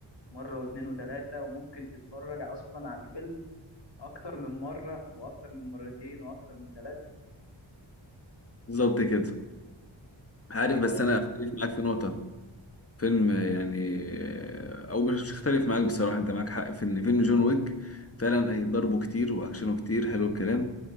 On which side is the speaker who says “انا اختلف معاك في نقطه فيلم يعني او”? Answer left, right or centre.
Left